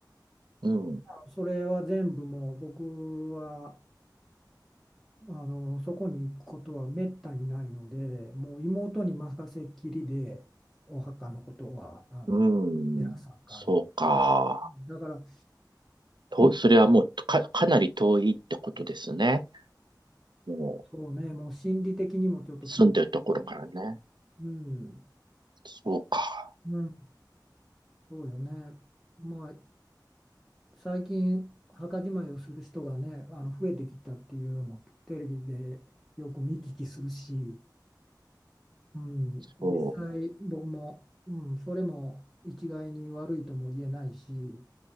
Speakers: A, on the right; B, in the centre.
A: うん、
B: それは全部もう僕はあのそこに行くことはめったにないのでもう妹に任せっきりでお墓のことはあの寺さん関係
A: うん、そうか。
B: だから、
A: と、
B: まあ、
A: それはもうか、かなり遠いってことですね。も
B: そうねもう心理的にもちょっと遠く
A: う住んでるところからね。
B: うん、
A: そうか。
B: うん、そうよねまあ最近墓じまいをする人がねあの増えてきたっていうのもテレビでよく見聞きするし、うん、実際僕も、
A: そ
B: うん、それも一概に悪いとも言えないし、